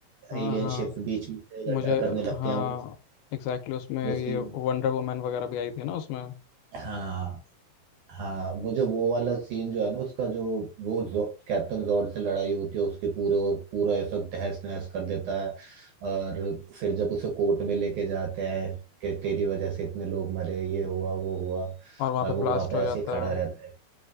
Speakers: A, on the left; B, on the right.
A: हाँ
B: एलियन
A: हाँ
B: शिप बीच में से गड्ढा
A: मुझे
B: करने लगते
A: हाँ
B: हैं वो
A: एग्जैक्टली exactly उसमें
B: वो
A: ये
B: सीन
A: वंडर वुमन वगैरह भी आई थी ना उसमें
B: हाँ हाँ मुझे वो वाला सीन जो है ना उसका जो वो जो, कैप्टन जॉर्ड से लड़ाई होती है उसके पूरे और पूरा ऐसा तहस नहस कर देता है और फिर जब उसे कोर्ट में लेके जाते हैं कि तेरी वजह से इतने लोग मरे ये हुआ वो हुआ
A: और वहाँ
B: और
A: पे
B: वो
A: ब्लास्ट
B: वहां पे
A: हो
B: ऐसे
A: जाता
B: ही खड़ा
A: है
B: रहता है